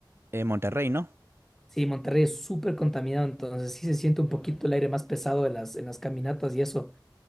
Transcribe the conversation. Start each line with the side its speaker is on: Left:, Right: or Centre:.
Right: Eh, Monterrey, ¿no?
Centre: Sí, Monterrey es súper contaminado, entonces sí se siente un poquito el aire más pesado en las, en las caminatas y eso,